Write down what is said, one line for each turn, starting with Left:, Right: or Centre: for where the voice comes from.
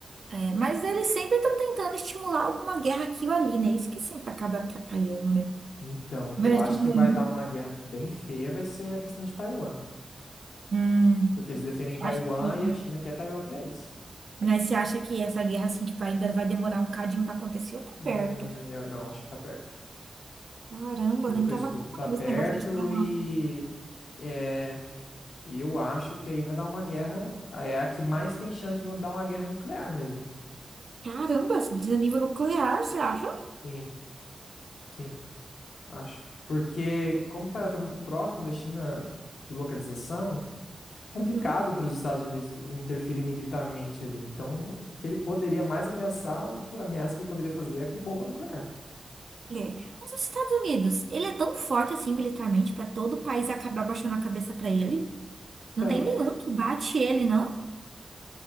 Right: É, mas eles sempre estão tentando estimular alguma guerra aqui ou ali, né? Isso que sempre acaba atrapalhando, né?
Left: Então, o que
Right: O resto
Left: eu acho
Right: do
Left: que
Right: mundo.
Left: vai dar uma guerra bem feia vai ser a questão de Taiwan.
Right: Hum,
Left: Porque eles defendem Taiwan
Right: acha que.
Left: e a China quer Taiwan pra eles.
Right: Mas você acha que essa guerra, assim, tipo, ainda vai demorar um cadinho para acontecer ou tá perto?
Left: Hum, eu não, acho que tá perto.
Right: Caramba,
Left: Pelo
Right: nem
Left: que
Right: tava
Left: eu escuto,
Right: acompanhando
Left: tá perto
Right: esse negócio que eles estavam falando.
Left: e é, e eu acho que aí vai dar uma guerra. aí É a que mais tem chance de dar uma guerra nuclear mesmo.
Right: Caramba, esse desnível nuclear, você acha?
Left: Sim, sim. acho. Porque como o Taiwan está muito próximo da China de localização, fica complicado
Right: Uhum.
Left: para os Estados Unidos interferir militarmente ali. Então, o que ele poderia mais ameaçar, a única ameaça que ele poderia fazer é com bomba nuclear.
Right: É. Mas os Estados Unidos, ele é tão forte assim militarmente para todo o país acabar baixando a cabeça para ele?
Left: Então,
Right: Não tem
Left: é,
Right: nenhum que bate ele, não?